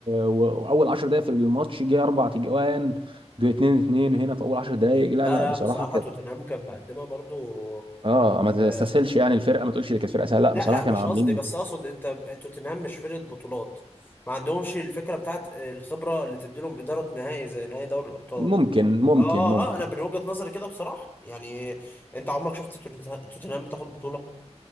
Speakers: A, on the right; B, on the left.
A: و... واول 10 دقائق في الماتش جه اربع تجوان جه 2 2 هنا في اول 10 دقائق لا
B: لا
A: لا
B: لا
A: بصراحه
B: بصراحه
A: كانت
B: توتنهام كان مقدمه برضو
A: اه ما تستسهلش
B: آه
A: يعني الفرقه ما تقولش دي كانت فرقه سهله لا
B: لا
A: بصراحه
B: لا مش
A: كانوا عاملين
B: قصدي بس اقصد انت توتنهام مش فرقه بطولات ما عندهمش الفكره بتاعت آه، الخبره اللي تديلهم اداره نهائي زي نهائي دوري الابطال
A: ممكن ممكن
B: اه
A: ممكن
B: اه انا من وجهه نظري كده بصراحه يعني انت عمرك شفت توتنهام بتاخد بطوله